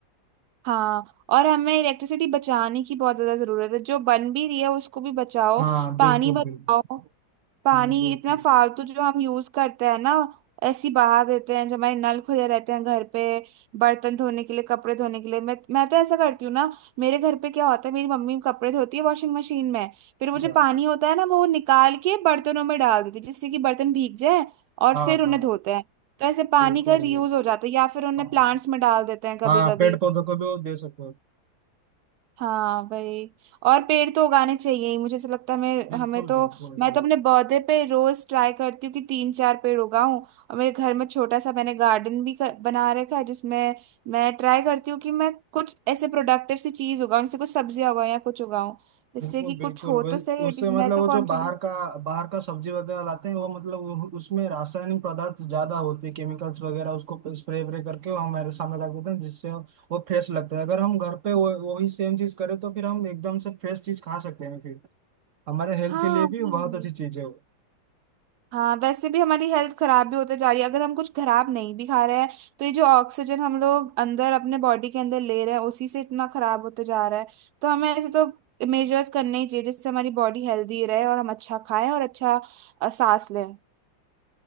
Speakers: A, on the right; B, on the right.
A: हाँ और हमें इलेक्ट्रिसिटी बचाने की बहुत ज्यादा जरूरत है जो बन भी रही है उसको भी बचाओ
B: हाँ बिल्कुल
A: पानी बचाओ
B: बिल्कुल
A: पानी
B: हम्म, बिल्कुल
A: इतना फालतू जो हम यूज करते हैं ना ऐसी बहा देते हैं जो हमारे नल खुले रहते हैं घर पे बर्तन धोने के लिए कपड़े धोने के लिए मैं मैं तो ऐसा करती हूँ ना मेरे घर पे क्या होता है मेरी मम्मी कपड़े धोती है वॉशिंग मशीन में फिर वो
B: अच्छा
A: जो पानी होता है ना वो निकाल के बर्तनों में डाल देती है जिससे कि बर्तन भीग जाए और
B: हाँ
A: फिर उन्हें
B: हाँ
A: धोते हैं तो ऐसे पानी
B: बिल्कुल
A: का रीयूज
B: बिल्कुल
A: हो जाता है या फिर उन्हें
B: हाँ
A: प्लांट्स में डाल देते हैं कभी
B: हाँ
A: कभी
B: पेड़ पौधों को भी वो दे सकते हो
A: हाँ वही और पेड़ तो उगाने चाहिए ही मुझे ऐसा लगता है मैं
B: बिल्कुल
A: हमें तो
B: बिल्कुल
A: मैं
B: भाई
A: तो अपने पौधे पे रोज ट्राई करती हूँ कि तीन चार पेड़ उगाऊं और मेरे घर में छोटा सा मैंने गार्डन भी कर, बना रखा है जिसमें मैं ट्राई करती हूँ कि मैं कुछ ऐसे प्रोडक्टिव सी चीज उगाऊं जैसे कुछ सब्जियां उगाऊं या कुछ उगाऊं जिससे
B: बिल्कुल
A: कि
B: बिल्कुल
A: कुछ हो
B: वे-
A: तो सही है
B: उससे
A: जिस
B: मतलब
A: मैं तो
B: वो
A: कॉन्ट्रीब्यूट
B: जो बाहर का बाहर का सब्जी वगैरह लाते हैं वो मतलब उ- उसमें रासायनिक पदार्थ ज्यादा होते हैं केमिकल्स वगैरह उसको स्प्रे व्रे करके वो हमारे सामने रख देते हैं जिससे वो फ्रेश लगता है अगर हम घर पे वो वही सेम चीज करें तो फिर हम एकदम से फ्रेश चीज खा सकते हैं फिर हमारे हेल्थ
A: हाँ
B: के लिए भी
A: वही।
B: बहुत अच्छी चीज है वो
A: हाँ वैसे भी हमारी हेल्थ खराब भी होते जा रही है अगर हम कुछ खराब नहीं भी खा रहे हैं तो ये जो ऑक्सीजन हम लोग अंदर अपने बॉडी के अंदर ले रहे हैं उसी से इतना खराब होते जा रहा है तो हमें ऐसे तो मेजर्स करने ही चाहिए जिससे हमारी बॉडी हेल्दी रहे और हम अच्छा खाएं और अच्छा अ, सांस लें